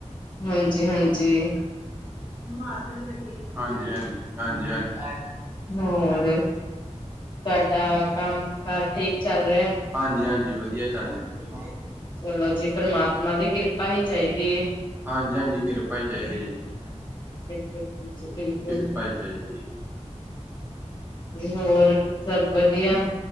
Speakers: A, on the left; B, on the right.
A: ਹਾਂਜੀ-ਹਾਂਜੀ।
B: ਹਾਂਜੀ, ਹਾਂਜੀ, ਹਾਂਜੀ, ਹਾਂਜੀ।
A: ਹੋਰ ਤੁਹਾਡਾ ਕੰਮ ਕਾਰ ਠੀਕ ਚੱਲ ਰਿਹਾ?
B: ਹਾਂਜੀ-ਹਾਂਜੀ, ਵਧੀਆ ਚੱਲ ਰੇਆ।
A: ਚਲੋ ਜੀ ਪਰਮਾਤਮਾ ਦੀ ਕਿਰਪਾ ਹੀ ਚਾਈਦੀ ਏ।
B: ਹਾਂਜੀ-ਹਾਂਜੀ, ਕਿਰਪਾ ਹੀ ਚਾਈਦੀ ਏ ਜੀ।
A: ਬਿਲਕੁਲ ਜੀ ਬਿਲਕੁਲ।
B: ਕਿਰਪਾ ਹੀ ਚਾਹੀਦੀ ਹੈ
A: ਹੋਰ ਸਭ ਵਧੀਆ?